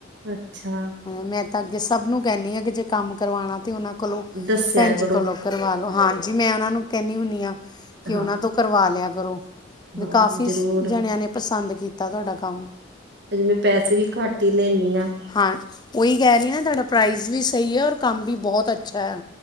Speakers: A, on the right; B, on the left.
A: ਅੱਛਾ।
B: ਮੈਂ ਤਾਂ ਅੱਗੇ ਸਭ ਨੂੰ ਕੈਂਦੀ ਆਂ ਕੇ ਜੇ ਕੰਮ ਕਰਵਾਣਾ ਤੇ ਓਨਾਂ ਕੋਲੋਂ
A: ਦੱਸੇਆ
B: ਭੈਣ ਜੀ
A: ਕਰੋ।
B: ਕੋਲੋਂ ਕਰਵਾ ਲੋ ਹਾਂਜੀ ਮੈਂ ਓਨਾਂ ਨੂੰ ਕੈਂਨੀ ਹੁੰਦੀ ਆ ਕੇ
A: ਹਾਂ
B: ਓਨਾਂ ਤੋਂ ਕਰਵਾ ਲਿਆ ਕਰੋ।
A: ਹਾਂ
B: ਕਾਫੀਸ
A: ਜ਼ਰੂਰ
B: ਜਣੇਆਂ ਨੇ ਪਸੰਦ ਕੀਤਾ, ਧੁਡਾ ਕੰਮ।
A: ਅਜੇ ਮੈ ਪੈਸੇ ਵੀ ਘੱਟ ਹੀ ਲੈਂਨੀ ਆ।
B: ਹਾਂ ਓਈ ਕੈ ਰਈ ਆ ਨਾ, ਧਾਡਾ ਪ੍ਰਾਈਜ਼ ਵੀ ਸਈ ਐ ਔਰ ਕੰਮ ਵੀ ਬਹੁਤ ਅੱਛਾ ਐ।